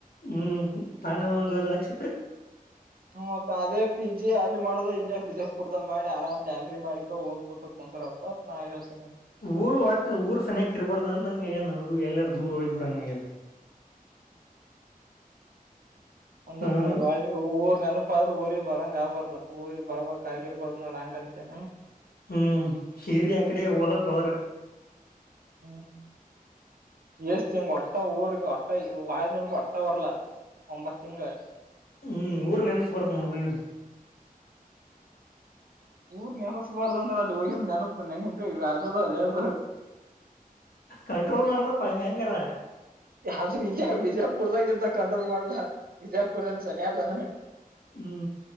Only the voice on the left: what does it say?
ಹೂ ನನಗೊಂದು ಲಕ್ಷ ರೂಪಾಯಿ
ಊರು ಒಟ್ಟು ಊರು ಚೆನ್ನಾಗಿರಬಾರದು ನನಗಾಗಿದೆ ಎಲ್ಲಾದರೂ ದೂರ ಹೋಗ್ ಬುಡಂಗೇ ಆಗಿದೆ
ಹ್ಮ್
ಹಹೂ ಸೇರಿ ಆ ಕಡೆ ಓದಕ್ ಹೋದ್ರ
ಹೂ ಊರ್ ನೆನಪು ಬರುತ್ತೆ ನೋಡು ನಿನಗೆ
ಕಂಟ್ರೋಲ್ ಮಾಡ್ಬೇಕಪ್ಪ ನೀ ಹೆಂಗಾರ
ಹೂ